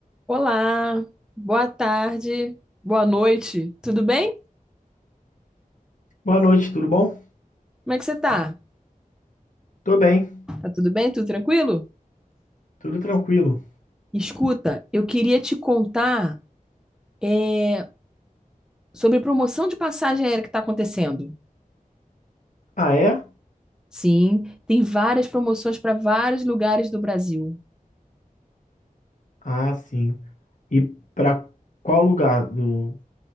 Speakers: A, in the centre; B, on the left.
A: Olá, boa tarde, boa noite, tudo bem?
B: Boa noite, tudo bom?
A: Como é que você tá?
B: Tô bem,
A: Tá tudo bem? Tudo tranquilo?
B: tudo tranquilo.
A: Escuta, eu queria te contar é, sobre promoção de passagem aérea que está acontecendo.
B: Ah, é?
A: Sim, tem várias promoções para vários lugares do Brasil.
B: Ah, sim. E pra qual lugar do,